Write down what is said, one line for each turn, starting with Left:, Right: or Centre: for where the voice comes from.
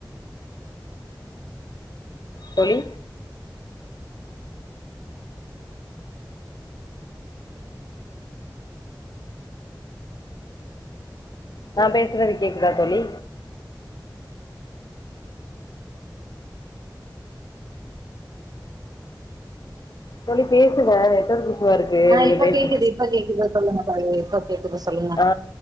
Left: தோழி நா பேசுறது கேக்குதா தோழி தோழி பேசுங்க நெட்வொர்க் இஷ்யூ வா இருக்கு
Right: ஆ
Left: நீங்க
Right: இப்ப
Left: பேச
Right: கேக்குது இப்ப கேக்குது சொல்லுங்க தோழி இப்ப கேக்குது சொல்லுங்க
Left: அ